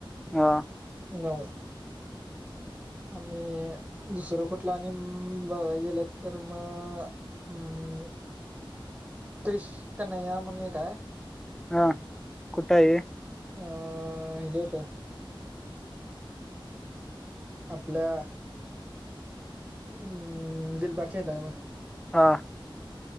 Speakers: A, in the centre; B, on the right (about 15°).
A: हा,
B: नव, आणि दुसरं कुठलं आणि बघ गेलं तर म. हम्म, क्रिष तनया म्हणून एक हाय.
A: हा, कुठा आहे.
B: <unintelligible> हेजेता आपल्या. हम्म, दिलभरचेताय म.
A: हा,